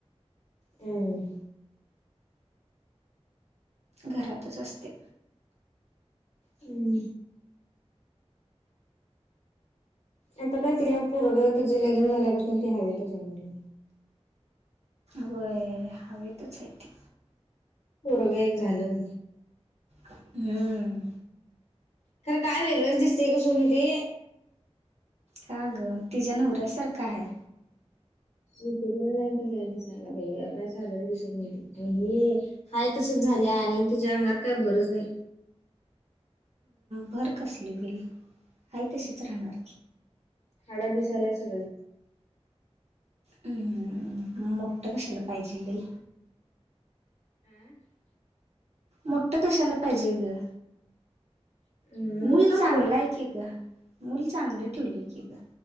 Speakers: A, on the left; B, on the right.
A: हम्म.
B: घरातच असत्या.
A: हम्म. आता काय तिला पोरग तिचे लगीन झाल्यापासन ती हवेत हाय.
B: होय हवेतच आहे‌ती.
A: पोरगं एक झालं.
B: हम्म.
A: खर काय वेगळंच दिसतेय ग सोनी ते.
B: का ग तिच्याया नवऱ्यासारखा आहे.
A: उकला जाय का दिसायला काय साजरे दिसत नाही हे. हाय तसंच झाल्या आणि तिच्या अंगात काय भरच नाही.
B: भर कसली होईल हा तशीच राहणार की.
A: हाडं दिसायला सगळे.
B: हम् मोठ कशाला पाहिजे लय.
A: <unintelligible>
B: मोठं कशाला पाहिजे ग.
A: हम्म
B: मूल
A: मोठं
B: चांगला
A: नको.
B: आहे की ग मूल चांगलं ठेवलं आहे की ग.